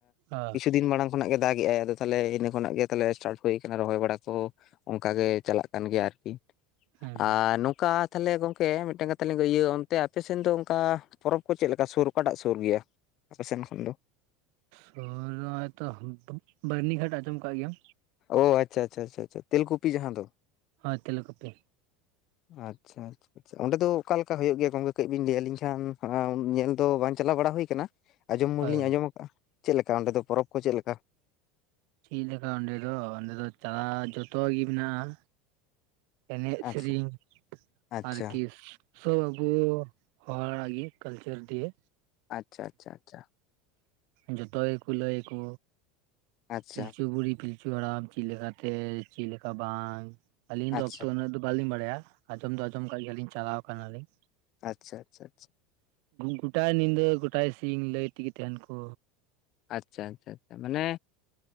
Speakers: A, on the right; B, on the left.
A: ᱚ
B: ᱠᱤᱪᱷᱩ ᱫᱤᱱ ᱢᱟᱲᱟᱝ ᱠᱷᱚᱱᱟᱜ ᱜᱮ ᱫᱟᱜᱼᱮ ᱟᱭ ᱟᱫᱚ ᱛᱟᱦᱞᱮ ᱤᱱᱟᱹ ᱠᱷᱚᱱᱟᱜ ᱜᱮ ᱛᱟᱦᱚᱞᱮ ᱥᱴᱟᱨᱴ ᱦᱩᱭ ᱠᱟᱱᱟ ᱨᱚᱦᱚᱭ ᱵᱟᱲᱟ ᱠᱚ ᱚᱝᱠᱟ ᱜᱮ ᱪᱟᱞᱟᱜ ᱠᱟᱱ ᱜᱮᱭᱟ ᱟᱨᱠᱤ
A: ᱦᱩᱸ
B: ᱟᱨ ᱱᱚᱝᱠᱟ ᱛᱟᱦᱚᱞᱮ ᱜᱚᱢᱠᱮ ᱢᱤᱫᱴᱟᱝ ᱠᱟᱛᱷᱟ ᱞᱤᱧ ᱤᱭᱟᱹ ᱚᱱᱛᱮ ᱟᱯᱮ ᱥᱮᱱ ᱫᱚ ᱚᱱᱠᱟ ᱯᱚᱨᱚᱵᱽ ᱠᱚ ᱪᱮᱫ ᱞᱮᱠᱟ ᱥᱩᱨ ᱚᱠᱟᱴᱟᱜ ᱥᱩᱨ ᱜᱮᱭᱟ? ᱟᱯᱮ ᱥᱮᱱ ᱠᱷᱚᱱ ᱫᱚ?
A: ᱥᱩᱨ ᱦᱚᱸᱜᱼᱚᱭ ᱛᱚ ᱵᱟᱹᱨᱱᱤ ᱜᱷᱟᱴ ᱟᱸᱡᱚᱢ ᱠᱟᱜ ᱜᱮᱭᱟᱢ?
B: ᱚ ᱟᱪᱷᱟ ᱪᱷᱟ ᱪᱷᱟ ᱪᱷᱟ ᱛᱮᱞᱠᱩᱯᱤ ᱡᱟᱦᱟᱸ ᱫᱚ᱾
A: ᱦᱳᱭ ᱛᱮᱞ ᱠᱚᱯᱤ᱾
B: ᱟᱪᱷᱟ ᱟᱪᱷᱟ᱾ ᱚᱸᱰᱮ ᱫᱚ ᱚᱠᱟ ᱞᱮᱠᱟ ᱦᱩᱭᱩᱜ ᱜᱮᱭᱟ ᱜᱚᱝᱠᱮ ᱠᱟᱹᱡ ᱵᱤᱱ ᱞᱟᱹᱭ ᱟᱹᱞᱤᱧ ᱠᱷᱟᱱ ᱧᱮᱞ ᱫᱚ ᱵᱟᱝ ᱪᱟᱞᱟᱣ ᱵᱟᱲᱟ ᱦᱩᱭ ᱠᱟᱱᱟ᱾ ᱟᱸᱡᱚᱢ ᱢᱟ
A: ᱦᱳᱭ
B: ᱞᱤᱧ ᱟᱸᱡᱚᱢ ᱠᱟᱜᱼᱟ ᱪᱮᱫ ᱞᱮᱠᱟ ᱚᱸᱰᱮ ᱫᱚ ᱯᱚᱨᱚᱵᱽ ᱠᱚ ᱪᱮᱫ ᱞᱮᱠᱟ?
A: ᱪᱮᱜ ᱞᱮᱠᱟ ᱚᱸᱰᱮ ᱫᱚ ᱚᱸᱰᱮ ᱫᱚ ᱪᱟ ᱡᱷᱚᱛᱚ ᱜᱮ ᱢᱮᱱᱟᱜᱼᱟ᱾ ᱮᱱᱮᱡ
B: ᱟᱪᱪᱷᱟ
A: ᱥᱮᱨᱮᱧ
B: ᱟᱪᱪᱷᱟ
A: ᱟᱨ ᱠᱤᱥ᱾ ᱥᱚᱵ ᱟᱵᱚ ᱦᱚᱲᱟᱜ ᱜᱮ ᱠᱟᱞᱪᱟᱨ ᱫᱤᱭᱮ᱾
B: ᱟᱪᱷᱟ ᱟᱪᱷᱟ ᱟᱪᱷᱟ᱾
A: ᱡᱷᱚᱛᱚ ᱜᱮᱠᱚ ᱞᱟᱹᱭ ᱟᱠᱚ
B: ᱟᱪᱪᱷᱟ
A: ᱯᱤᱞᱪᱩ ᱵᱩᱲᱦᱤ ᱯᱤᱞᱪᱩ ᱦᱟᱲᱟᱢ ᱪᱮᱫ ᱞᱮᱠᱟᱛᱮ ᱪᱮᱫ ᱞᱮᱠᱟ ᱵᱟᱝ᱾ ᱟᱹᱞᱤᱧ ᱫᱚ
B: ᱟᱪᱪᱷᱟ
A: ᱚᱠᱛᱚ ᱩᱱᱟᱹᱜ ᱫᱚ ᱵᱟᱞᱤᱧ ᱵᱟᱲᱟᱭᱟ ᱟᱸᱡᱚᱢ ᱫᱚ ᱟᱸᱡᱚᱢ ᱟᱠᱟᱜ ᱜᱮᱭᱟᱞᱤᱧ ᱪᱟᱞᱟᱣ ᱠᱟᱱᱟ ᱞᱤᱧ᱾
B: ᱟᱪᱷᱟ ᱟᱪᱷᱟ ᱟᱪᱷᱟ᱾
A: ᱜᱚᱴᱟ ᱧᱤᱫᱟᱹ ᱜᱚᱴᱟ ᱥᱤᱧ ᱞᱟᱹᱭ ᱛᱮᱜᱮ ᱛᱟᱦᱮᱸᱱ ᱠᱚ᱾
B: ᱟᱪᱷᱟ ᱟᱪᱷᱟ ᱟᱪᱷᱟ ᱢᱟᱱᱮ